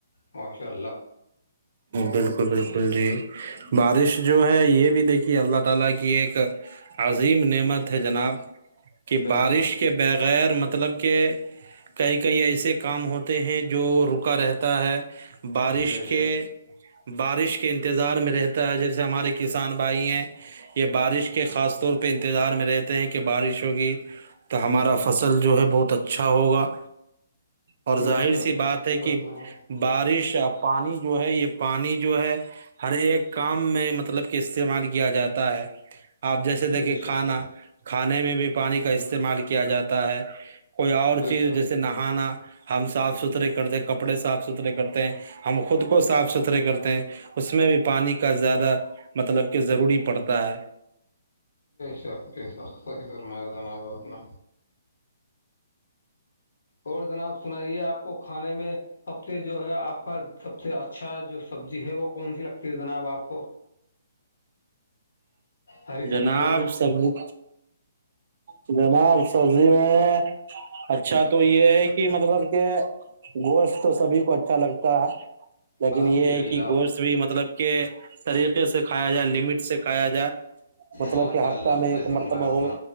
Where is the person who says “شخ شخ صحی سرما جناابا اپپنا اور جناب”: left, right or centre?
Left